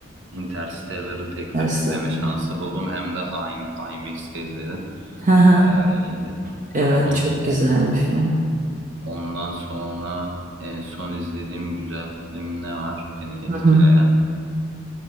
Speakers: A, on the right (about 80°); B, on the right (about 40°).
A: Interstellar'ı tekrar
B: Interstellar.
A: izleme şansı buldum. Hem de aynı IMAX'te izledim.
B: Hı hı.
A: Bayağı iyiydi.
B: Evet
A: On,
B: çok güzel bir film.
A: Ondan sonra en son izlediğim güzel film ne var beni etkileyen?
B: Hı hı.